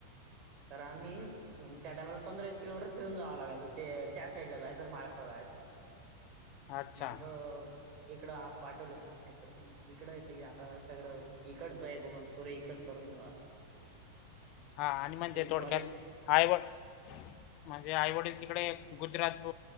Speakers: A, on the right (about 35°); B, on the left (about 40°).
A: तर आम्ही- म्हणजे त्या टाईमाला पंधराशे किलोमीटर फिरून जावं लागायचं त्या साइड ला जायचं महाराष्ट्रला जायसाठी.
B: अच्छा
A: माग इकडं आप पाठवलं होत आपल्याकड मग तिकडं येत आता सगळं. इकडचं आहे बाबा म्हणून पोरं इकडेच करून राहतात.
B: हा आणि म्हणजे थोडक्यात
A: कॉलेज
B: आई वडील- म्हणजे आईवडील तिकडे गुजरात